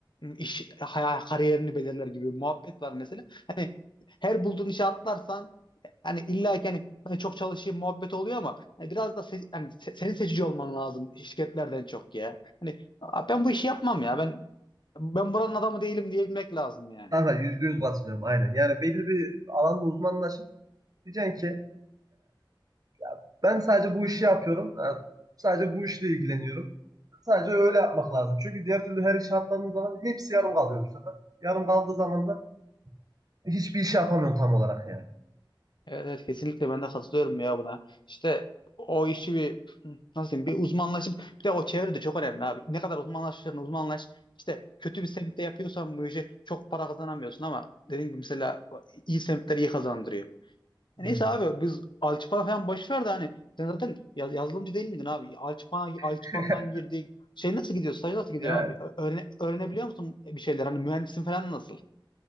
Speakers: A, on the left; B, on the right.
A: iş hay- kariyerini belirler gibi bir muhabbet var mesela. Hani her bulduğun işe atlarsan e, hani illa ki hani ben çok çalışayım muhabbet oluyor ama hani biraz da se- hani se- senin seçici olman lazım şirketlerden çok ya. Hani "Aa, ben bu işi yapmam ya ben ben buranın adamı değilim diyebilmek lazım yani.
B: Kanka %100 katılıyorum aynen. Yani belli bir alanda uzmanlaşıp diyeceksin ki ya ben sadece bu işi yapıyorum. Yani sadece bu işle ilgileniyorum. Sadece öyle yapmak lazım. Çünkü diğer türlü her işe atladığın zaman hepsi yarım kalıyor bu sefer. Yarım kaldığı zaman da hiçbir iş yapamıyorsun tam olarak yani.
A: Evet, evet kesinlikle ben de katılıyorum ya buna. İşte o işi bir nasıl diyeyim bir uzmanlaşıp bir de o çevre de çok önemli abi. Ne kadar uzmanlaşırsan uzmanlaş işte kötü bir semtte yapıyorsan bu işi çok para kazanamıyorsun ama dediğim gibi mesela iyi semtler iyi kazandırıyor. E
B: Hmm.
A: Neyse abi biz Alçıpan'a falan boş ver de hani sen zaten yaz- yazılımcı değil miydin abi? Alçıpan, Alçıpan'dan
B: <laughs>
A: girdik. Şey nasıl gidiyor? Staj nasıl gidiyor
B: Ya,
A: abi? Ö- öğrene- öğrenebiliyor musun bir şeyler? Hani mühendisin falan nasıl?